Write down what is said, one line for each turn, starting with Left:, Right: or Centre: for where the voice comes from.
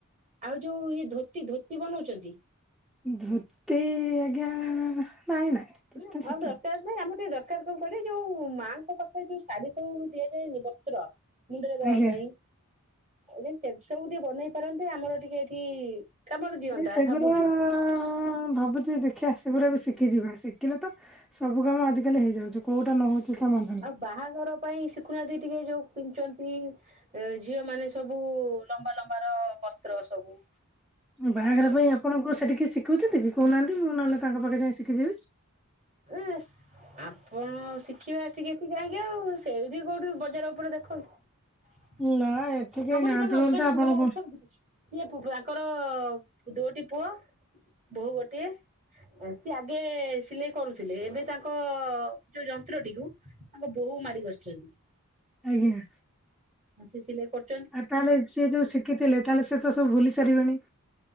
Right: ଆଉ ଯୋଉ ଇଏ ଧୋତି ଧୋତି ବନଉଛନ୍ତି।
Centre: ଧୋତି ଆଜ୍ଞା ନାଇଁ ନାଇଁ ଧୋତି
Right: ଯାହା
Centre: ଶିଖିନି
Right: ଦରକାର। ନାଇଁ ଆମର ଟିକେ ଦରକାର କଣ କହିଲେ ଯୋଉ ମାଆଙ୍କ ପାଖରେ ଯୋଉ ଶାଢୀ ସବୁ ଦିଆଯାଏନି ବସ୍ତ୍ର। ମୁଣ୍ଡରେ ଦବା
Centre: ଆଜ୍ଞା।
Right: ପାଇଁ ଯଦି ସେ ସବୁ ଟିକେ ବନେଇ ପାରନ୍ତେ ଆମର ଟିକେ ଏଠି କାମରେ ଦିଅନ୍ତା
Centre: ନାଇ ସେଗୁରାଆଆଆଆଆଆ
Right: ଭାବୁଛୁ।
Centre: ଭାବୁ ଦେଖିଆ ସେଗୁରା ବି ଶିଖିଯିବା ଶିଖିଲେ ତ ସବୁ କାମ ଆଜିକାଲି ହେଇଯାଉଛି କୋଉଟା ନ ହଉଛି ଯେ ସମାଧାନ।
Right: ଆଉ ବାହାଘର ପାଇଁ ଶିଖୁନାହାନ୍ତି ଟିକେ ଯୋଉ ପିନ୍ଧୁଛନ୍ତି ଏ ଝିଅ ମାନେ ସବୁ ଲମ୍ବା ଲମ୍ବାର ବସ୍ତ୍ର ସବୁ
Centre: ବାହାଘର
Right: ତାକୁ
Centre: ପାଇଁ ଆପଣଙ୍କୁ ସେଠି କିଏ ଶିଖଉଛନ୍ତି କି? କହୁନାହାନ୍ତି ମୁଁ ନହେଲେ ତାଙ୍କ ପାଖେ ଯାଇଁ ଶିଖିଯିବି।
Right: ଇସ୍ ଆପଣ ଶିଖିବେ ଆସିକି ଏଠିକି କାହିଁକି ଆଉ ସେଇଠି କୋଉଠି ବଜାର ଉପରେ ଦେଖନ୍ତୁ।
Centre: ନା ଏଠି କେହି
Right: ଆମର
Centre: ନାହାନ୍ତି
Right: ଜଣେ ଅଛନ୍ତି
Centre: ବୋଲି ତ ଆପଣଙ୍କୁ
Right: ମହିଳା ଅଛନ୍ତି କି <unintelligible> ସିଏ ଭୂବ ତାଙ୍କର ଦୋ ଟି ପୁଅ ବୋହୂ ଗୋଟିଏ। ସିଏ ଆଗେ ସିଲେଇ କରୁଥିଲେ ଏବେ ତାଙ୍କ ଯୋଉ ଯନ୍ତ୍ରଟିକୁ ତାଙ୍କ ବୋହୂ ମାଡ଼ି ବସିଛନ୍ତି।
Centre: ଆଜ୍ଞା।
Right: ସିଏ ସିଲେଇ କରୁ
Centre: ଆ ତାହେଲେ ସିଏ ଯୋଉ ଶିଖିଥିଲେ ତାହେଲେ ସେ ତ ସବୁ ଭୁଲି ସାରିବେଣିି!